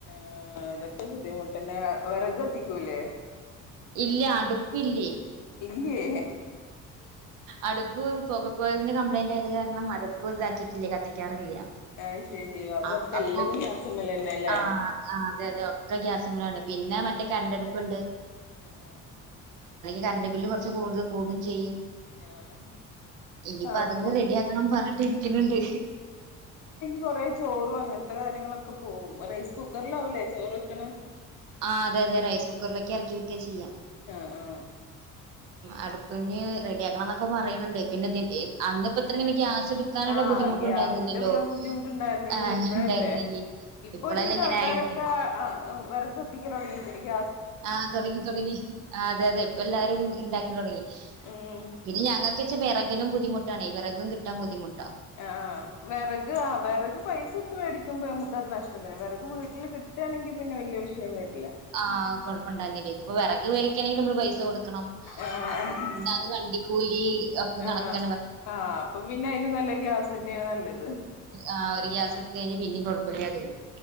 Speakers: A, on the left (about 75°); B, on the right (about 75°).
A: ആ അതൊക്കെ ബുദ്ധിമുട്ടന്നെ വിറക്ക്ത്തിക്കൂലേ
B: ഇല്ല അടുപ്പില്ലേയ്
A: ഇല്ലേ
B: അടുപ്പ് പുക പുകലിന് കംപ്ലയിന് ആയ കാരണം മടുപ്പ് ഇതാക്കയിട്ടില്ല കത്തിക്കാറില്ല
A: അയ് ശരി
B: ആ
A: ഒക്കെ
B: അപ്പൊ
A: എല്ലതും ഗ്യാസുമ്മലന്നെല്ലേ
B: ആഹ ആ അതെ അതെ ഒക്കെ ഗ്യാസ് മേലാണ് പിന്നെ മറ്റേ കറണ്ടടുപ്പുണ്ട്
A: ഉം ആഹ് ആഹ്
B: കറന്റ് ബില്ല് കുറച്ച് കൂടുതൽ കൂടും ചെയ്യും
A: ആഹ്
B: ഇനിപ്പോ
A: അപ്പം
B: അതെ റെഡി ആക്കണം പറഞ്ഞട്ട് ഇരിക്കുന്നുണ്ട്
A: കൊറെ ചോറും അങ്ങനത്തെ കാര്യങ്ങളൊക്കെ പോകും റൈസ് കുക്കറിലാവലേ ചോറൊക്കണ്
B: ആഹ് അതെതെ റൈസ് കുക്കറിലൊക്കെ ഇറക്കി വെക്ക ചെയ്യാം
A: ആഹ് ആ
B: അടുപ്പഞ്ഞ് റെഡിയ ആക്കണം എന്നൊക്കെ പറയുന്നുണ്ട് പിന്നെ അന്നപ്പോ ഇത്രങ്ങയാ എടുക്കാനുള്ള
A: ആഹ്
B: ബുദ്ധിമുട്ട്
A: ഗ്യാസിന്റെ
B: ഉണ്ടായിരുന്നില്ലല്ലോ
A: പ്ര ബുദ്ധിമുട്ടുണ്ടായിരുന്നില്ലല്ലോ
B: ആ
A: ഇപ്പഴല്ലേ
B: ഉണ്ടായിരുന്നില്ലേ
A: ഇപ്പൊ
B: ഇപ്പളല്ലേ
A: ഒരുവിധം
B: ഇങ്ങനെ
A: ആൾക്കാരൊക്കെ
B: ആയിരിക്കുന്നത്
A: ആ വിറക് എത്തിക്കലുടെങ്കിൽ എനിക്ക്
B: ആഹ് തുടങ്ങി തുടങ്ങി അതെ അതെ ഇപ്പ എല്ലാരും ഉണ്ടാക്കി തുടങ്ങി
A: ഉം
B: പിന്ന ഞങ്ങൾക്ക് വിറകും ബുദ്ധിമുട്ടണ വിറകും കിാൻ ബുദ്ധിമു്
A: ആ വിറക് ആ് വിറക് പൈസ എടുത്ത് മേടിക്കുമ്പോ നമുക്ക് അത് നഷ്ടം തന്നെ വിറക് വീട്ടിൽ കിട്ട ണെങ്ക പിന്നെ വലിയ വിഷയംരും
B: ആഹ കൊഴപ്പംണ്ടായിന്നില്ല അപ്പൊ വിറക് പേടിക്കയാണെങ്കിൽ നമ്മള് പൈസ കൊടുക്കണം
A: ആഹ്
B: അപ്പൊ പിത് വണ്ട കൂലി ഒക്കെ
A: ആഹ്
B: കണക്ക
A: ആഹ് അപ്പൊ പിന്നെ അയിലും നല്ല ഗ്യാസ് തന്നെയാണ് നല്ലത്
B: ആ് ഒരു ഗ്യാസ് എടുത്ത കഴിഞ്ഞഞ് പിന്നേും കുഴപ്പമില്ല തോന്നും